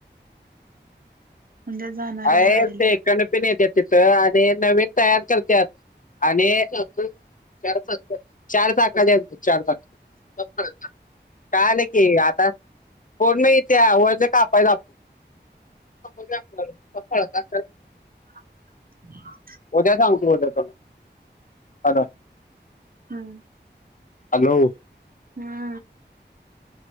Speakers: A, on the right (about 50°); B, on the left (about 45°).
A: उद्या जाणार
B: आहे
A: वाडीला
B: ते कण <unintelligible> पिण तिथं आणि तयार करत्यात. आणि चार चाक, चार चाक, चार चाकाची, चार चाका. <inaudible> काय नाही की आता कोण नाही त्या वरच कापायच आ <unintelligible> सफळ का
A: <inaudible>
B: उद्या सांगतो उद्या तु <inaudible> आ
A: हम्म.
B: हॅलो.
A: हा.